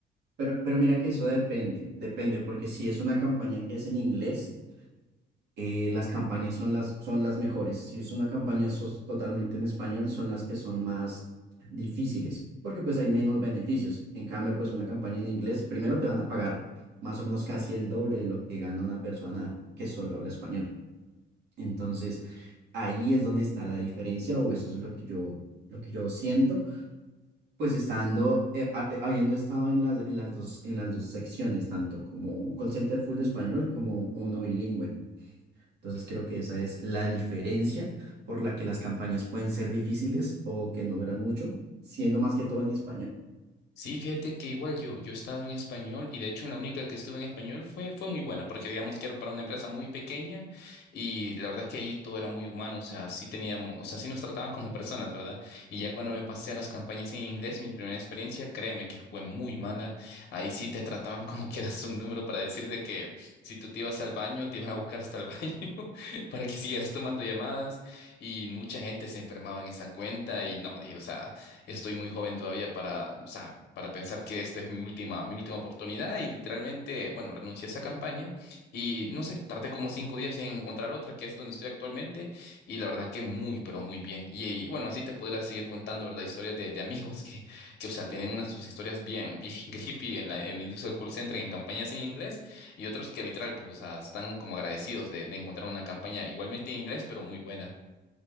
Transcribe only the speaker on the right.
Pero, pero mira que eso depende, depende, porque si es una campaña que es en inglés, eh, las campañas son las, son las mejores. Si es una campaña sos- totalmente en español, son las que son más difíciles, porque pues hay menos beneficios. En cambio, pues una campaña en inglés, primero te van a pagar más o menos casi el doble de lo que gana una persona que solo habla español. Entonces, ahí es donde está la diferencia, o eso es lo que yo, lo que yo siento, pues estando, eh, ha- eh, habiendo estado en las, en las dos, en las dos secciones, tanto como call center full español como uno bilingüe. Entonces creo que esa es la diferencia por la que las campañas pueden ser difíciles o que no duran mucho, siendo más que todo en español.